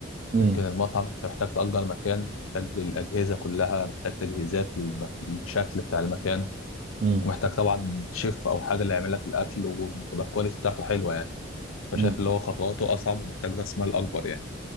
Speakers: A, on the right (about 35°); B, on the left (about 90°).
A: امم
B: لكن المطعم انت محتاج تأجر مكان محتاج الاجهزه كلها محتاج تجهيزات للمك- للشكل بتاع المكان
A: امم
B: ومحتاج طبعا شيف او حاجه اللي يعمل لك الاكل وتبقى الكواليتي بتاعته حلوه يعني فشايف
A: امم
B: اللي هو خطواته اصعب ومحتاج راس مال اكبر يعني